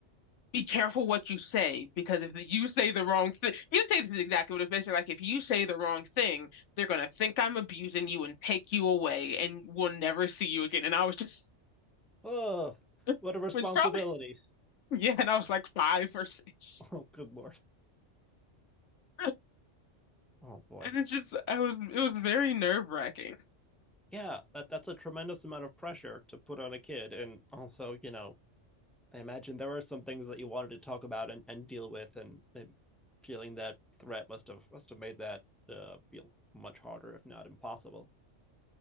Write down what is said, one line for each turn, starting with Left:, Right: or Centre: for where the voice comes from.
Left: be careful what you say, because if you say the wrong thing, you didn't say this exactly, but it's basically like, if you say the wrong thing, they're going to think I'm abusing you and take you away and we'll never see you again. And I was just,
Centre: Oh,
Left: <laughs>
Centre: what a responsibility.
Left: it's probably, yeah, and I was like five or six.
Centre: <laughs> Oh, good Lord.
Left: <laughs>
Centre: Oh boy.
Left: And it's just, I was, it was very nerve-wracking.
Centre: yeah, that that's a tremendous amount of pressure to put on a kid. And also, you know, I imagine there are some things that you wanted to talk about and, and deal with, and, and feeling that threat must have must have made that uh, feel much harder, if not impossible.